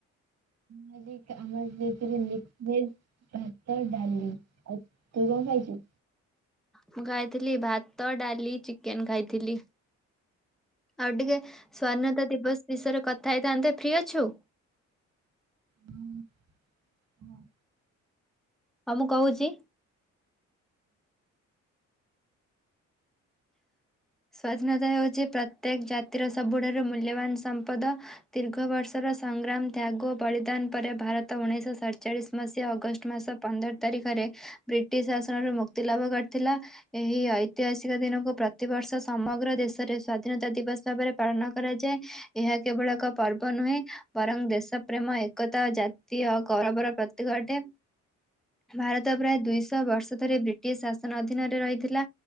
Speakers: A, on the right (about 60°); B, in the centre.
A: ମୁଁ ଆଜି ଆମର ଯେ ଥିଲେ ମିକ୍ସ ଭେଜ୍। ଭାତ, ଡାଲି। ଆଉ ତୁ କଣ ଖାଇଛୁ?
B: ମୁଁ ଖାଇଥିଲି ଭାତ, ଡାଲି, ଚିକେନ ଖାଇଥିଲି। ଆଉ ଟିକେ ସ୍ଵାଧୀନତା ଦିବସ ବିଷୟରେ କଥା ହେଇଥାନ୍ତେ, ଫ୍ରି ଅଛୁ?
A: ହୁଁ ହଁ।
B: ହଁ ମୁଁ କହୁଛି ସ୍ଵାଧୀନତା ହେଉଛି ପ୍ରତ୍ୟେକ ଜାତିର ସବୁଠାରୁ ମୂଲ୍ୟବାନ ସମ୍ପଦ। ଦୀର୍ଘ ବର୍ଷର ସଂଗ୍ରାମ, ତ୍ୟାଗ, ବଳିଦାନ ପରେ ଭାରତ ଉଣେଇଶ ସଡଚାଳିଶ ମସିହା ଅଗଷ୍ଟ ମାସ ପନ୍ଦର ତାରିଖରେ ବ୍ରିଟିଶ ଶାସନରୁ ମୁକ୍ତି ଲାଭ କରିଥିଲା। ଏହି ଐତିହାସି ସିକ ଦିନକୁ, ପ୍ରତିବର୍ଷ ସମଗ୍ର ଦେଶରେ ସ୍ଵାଧୀନତା ଦିବସ ଭାବରେ ପାଳନ କରାଯାଏ। ଏହା କେବଳ ଏକ ପର୍ବ ନୁହେଁ ବରଂ ଦେଶ ପ୍ରେମ ଏକତା ଜାତି ଓ ଗୌରବର ପ୍ରତୀକ ଅଟେ। ଭାରତ ପ୍ରାୟ ଦୁଇଶହ ବର୍ଷ ଧରି ବ୍ରିଟିଶ ଶାସନ ଅଧୀନରେ ରହିଥିଲା